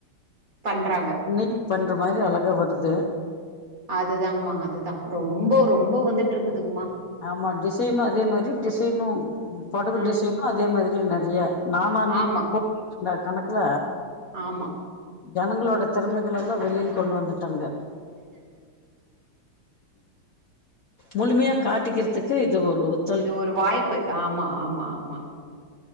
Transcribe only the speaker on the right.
பண்றாங்க
ம்
அதுதாங்மா அதுதா ரொம்போ ரொம்போ வந்துட்ருக்குதுங்மா
அ
ஆமா
ஆமா
இது ஒரு வாய்ப்பு ஆமா ஆமா ஆமா